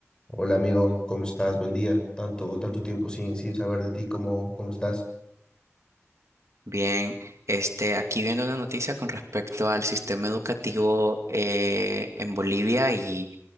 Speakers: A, on the left; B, on the right.
A: Hola amigo, ¿cómo estás? Buen día. Tanto, tanto tiempo sin, sin saber de ti, ¿cómo, cómo estás?
B: Bien, este, aquí viendo una noticia con respecto al sistema educativo eh, en Bolivia y,